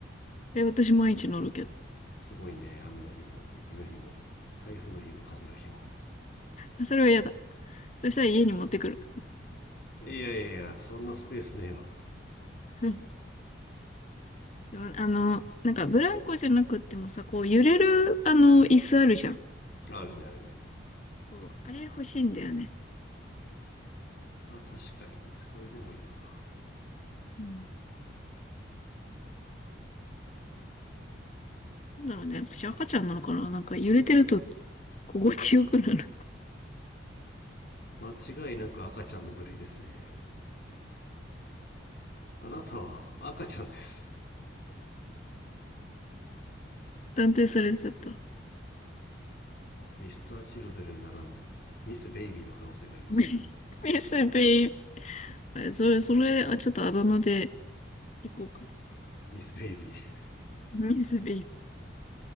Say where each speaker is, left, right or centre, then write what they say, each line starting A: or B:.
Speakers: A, on the left (about 35°); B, on the left (about 50°).
A: え、私毎日乗るけ
B: すごいね、雨の日も、雪の日も、台風の日も、風の日も。
A: ど。それは嫌だ。そしたら家に持ってくる。
B: いやいやいや、そんなスペースねえわ。
A: うんでもあの、なんかブランコじゃなくってもさ、こう揺れる、あの、椅子あるじゃん。
B: あるね、あるね。
A: そう、あれ欲しいんだよね。
B: まあ確かにね、それでもいいな。
A: うんなんだろうね。私赤ちゃんなのかななんか揺れてると心地よくなる。<laughs>
B: 間違いなく赤ちゃんの部類ですね。あなたは赤ちゃんです。
A: 断定されちゃった。
B: ミスターチルドレンならぬ、ミスベイビーの可能性がありますね。
A: ミミスベイブ。それ、それ、あ、ちょっとあだ名で行こうか
B: ミスベイビー。
A: な。ミスベイブ。